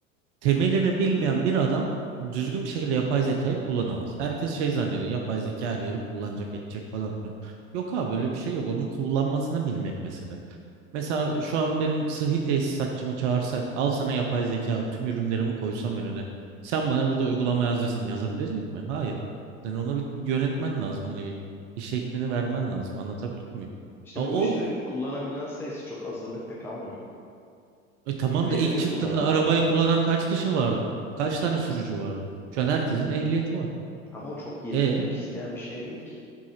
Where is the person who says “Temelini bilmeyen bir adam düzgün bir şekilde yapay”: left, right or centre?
Right